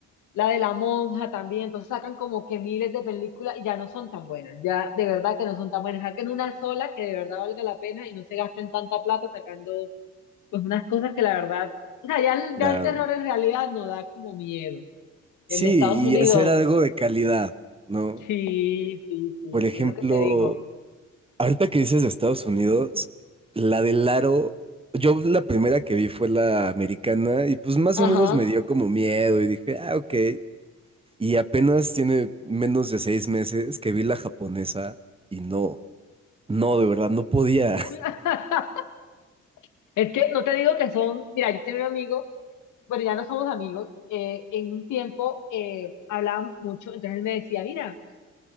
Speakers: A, on the left; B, on the right.
A: la de la monja también. Entonces sacan como que miles de películas y ya no son tan buenas. Ya de verdad que no son tan buenas. Saquen una sola que de verdad valga la pena y no se gasten tanta plata sacando pues unas cosas que la verdad, o sea, ya el,
B: claro.
A: ya el terror en realidad no da como miedo.
B: Sí,
A: El de Estados Unidos,
B: y hacer algo de calidad, ¿no?
A: sí, sí, sí,
B: Por ejemplo,
A: sí, es lo que te digo.
B: Ahorita que dices de Estados Unidos, la del aro, yo la primera que vi fue la americana y pues más o menos
A: Ajá.
B: me dio como miedo y dije, ah, ok. Y apenas tiene menos de seis meses que vi la japonesa y no, no, de verdad, no podía.
A: <laughs> Es que no te digo que son, mira, yo tenía un amigo, bueno, ya no somos amigos, eh, en un tiempo eh, hablábamos mucho, entonces él me decía, mira,